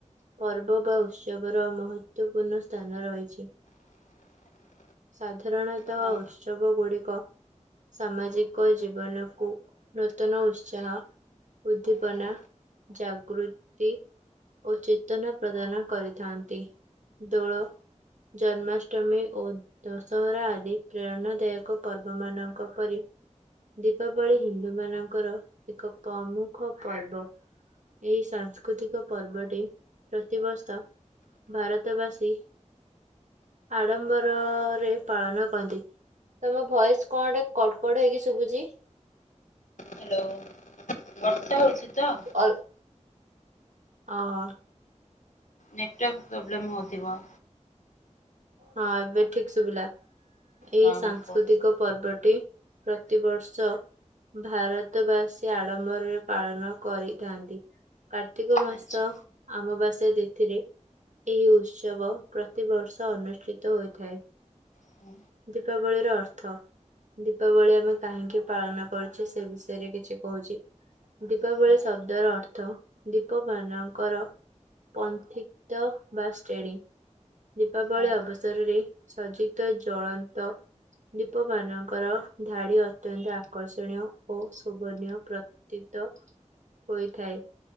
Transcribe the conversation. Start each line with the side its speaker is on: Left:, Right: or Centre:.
Right: ପର୍ବ ବା ଉତ୍ସବର ମହତ୍ଵପୂର୍ଣ୍ଣ ସ୍ଥାନ ରହିଛି।
Left: <inaudible>
Right: ସାଧାରଣତଃ
Left: ହଁ
Right: ଉତ୍ସବ ଗୁଡ଼ିକ ସାମାଜିକ ଜୀବନ କୁ ନୂତନ ଉତ୍ସାହ, ଉଦ୍ଦୀପନା,
Left: ହଁ ହଁ।
Right: ଜାଗୃତି ଓ ଚେତନା ପ୍ରଦାନ କରିଥାନ୍ତି। ଦୋଳ ଜନ୍ମାଷ୍ଟମୀ ଓ ଦଶହରା ଆଦି ପ୍ରେରଣା ଦାୟକ ପର୍ବ ମାନଙ୍କ ପରି ଦୀପାବଳି ହିନ୍ଦୁ ମାନଙ୍କର ଏକ ପ୍ରମୁଖ ପର୍ବ। ଏଇ ସାଂସ୍କୃତିକ ପର୍ବଟି ପ୍ରତିବର୍ଷ ଭାରତବାସୀ ଆଡମ୍ବର ରେ ପାଳନ <unintelligible> ତମ ଭୟସ୍ କଣ ଟେ କଡ୍-କଡ୍ ହେଇକି ସୁବୁଚି।
Left: ହାଲୋ ବର୍ଷା ହଉଚି ତ।
Right: <inaudible> ହଁ।
Left: ନେଟୱାର୍କ୍ ପ୍ରୋବ୍ଲେମ୍ ହଉଥିବ।
Right: ହଁ ଏବେ ଠିକ୍ ଶୁଭିଲା।
Left: ହଁ
Right: ଏଇ ସାଂସ୍କୃତିକ
Left: ହଁ କୁହ
Right: ପର୍ବଟି ପ୍ରତିବର୍ଷ ଭାରତ ବାସୀ ଆଡମ୍ବରରେ ପାଳନ କରିଥାନ୍ତି। କାର୍ତ୍ତିକ୍
Left: ଆଚ୍ଛା।
Right: ମାସ ଅମାବାସ୍ୟା ତିଥିରେ ଏହି ଉତ୍ସବ୍ ପ୍ରତିବର୍ଷ ଅନୁଷ୍ଠିତ ହୋଇଥାଏ।
Left: ହୁଁ
Right: ଦୀପାବଳିର ଅର୍ଥ। ଦୀପାବଳି ଆମେ କାହିଁକି ପାଳନ କରୁଛେ ସେ ବିଷୟରେ କିଛି କହୁଚି। ଦୀପାବଳି
Left: ହୁଁ
Right: ଶବ୍ଦର ଅର୍ଥ ଦୀପ ମାନଙ୍କର ପନ୍ଥିକ୍ତ ବା ଶ୍ରେଣୀ। ଦୀପାବଳି
Left: ହଁ
Right: ଅବସରରେ ସଜିତ ଜଳନ୍ତ ଦୀପ ମାନଙ୍କର ଧାଡି ଅତ୍ୟନ୍ତ ଆକର୍ଷଣୀୟ ଓ ଶୁଭନୀୟ ପ୍ର ତିତ ହୋଇଥାଏ।